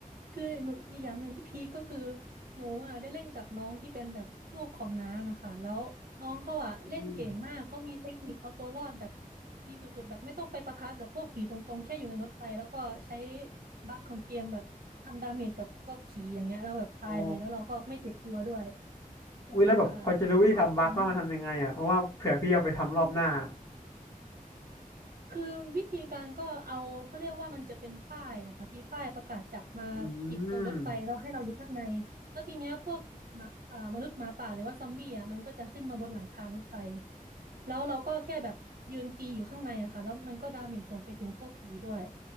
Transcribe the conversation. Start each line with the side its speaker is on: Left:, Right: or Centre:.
Right: คือหนูอีกอย่างหนึ่งที่พีคก็คือหนูอ่ะได้เล่นกับน้องที่เป็นแบบลูกของน้านะคะแล้วน้องเขาอ่ะเล่นเก่งมากเขามีเทคนิคเอาตัวรอดแบบ
Left: อืม
Right: ดีสุดๆแบบไม่ต้องไปปะทะกับพวกผีตรงๆแค่อยู่ในรถไฟแล้วก็ใช้บั๊กของเกมแบบทำดาเมจกับพวกผีอย่างเงี้ยเราแล้วแบบตายเลยแล้วเราก็ไม่เจ็บตัวด้วย
Left: อ๋อ อุ้ยแล้วแบบพอจะรู้วิธีทำบั๊กว่ามันทำยังไงอ่ะเพราะว่าเผื่อพี่เอาไปทำรอบหน้า
Right: ค่ะดีมาก คือวิธีการก็เอาเขาเรียกว่ามันจะเป็นป้ายอะค่ะพี่ป้ายประกาศจับมาปิดตรงรถไฟแล้วให้เราอยู่ข้างใน
Left: อืม
Right: แล้วทีเนี้ยพวกหมาอ่อมนุษย์หมาป่าหรือว่าซอมบี้อะมันก็จะขึ้นมาบนหลังคารถไฟแล้วเราก็แค่แบบยืนตีอยู่ข้างในอะค่ะแล้วมันก็ดาเมจส่งไปถึงพวกผีด้วย